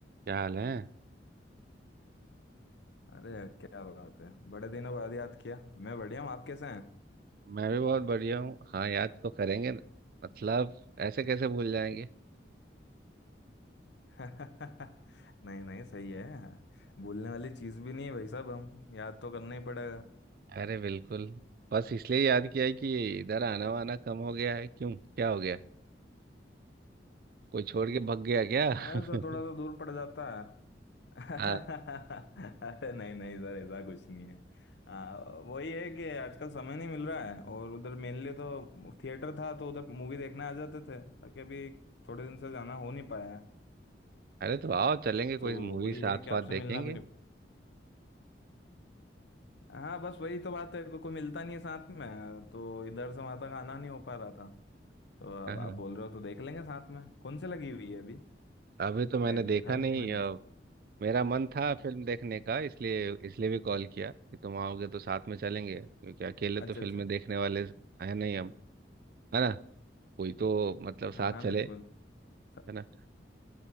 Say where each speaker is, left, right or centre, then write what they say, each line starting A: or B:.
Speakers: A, on the right; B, on the left.
A: क्या हाल है
B: अरे क्या बात है बड़े दिनों बाद याद किया मैं बढ़िया हूँ आप कैसे हैं
A: मैं भी बहुत बढ़िया हूँ हाँ याद तो करेंगे न। मतलब ऐसे कैसे भूल जाएंगे
B: <laughs> नहीं नहीं सही है भूलने वाली चीज़ भी नहीं है भाई साहब हम याद तो करना ही पड़ेगा
A: अरे बिल्कुल बस इसलिए याद किया है कि इधर आना वाना कम हो गया है क्यों क्या हो गया कोई छोड़ के भग गया क्या
B: अरे सर
A: <laughs>
B: थोड़ा सा दूर पड़ जाता है <laughs>
A: हाँ
B: अरे नहीं नहीं सर ऐसा कुछ नहीं है आ, वही है कि आजकल समय नहीं मिल रहा है और उधर मेनली तो थिएटर था तो उधर मूवी देखने आ जाते थे बाकी अभी थोड़े दिन से जाना हो नहीं पाया है
A: अरे तो आओ चलेंगे
B: तो
A: कोई मूवी
B: वही
A: साथ
B: है कि आपसे
A: साथ देखेंगे
B: मिलना भी नहीं हाँ बस वही तो बात है को, कोई मिलता नहीं है साथ में तो इधर से वहां तक आना नहीं हो पा रहा था तो
A: हाँ
B: अब आप
A: हाँ।
B: बोल रहे हो तो देख लेंगे साथ में कौन से लगी हुई है अभी
A: अभी तो मैंने
B: दे,
A: देखा
B: देखा भी
A: नहीं
B: नहीं मैंने
A: अ,
B: तो
A: मेरा मन था फिल्म देखने का इसलिए इसलिए भी कॉल किया कि तुम आओगे तो साथ में चलेंगे क्योंकि अकेले
B: अच्छा
A: तो फिल्में
B: अच्छा
A: देखने वाले है नहीं हम है ना कोई तो मतलब
B: हाँ
A: साथ
B: हाँ
A: चले
B: बिल्कुल
A: है
B: स-
A: ना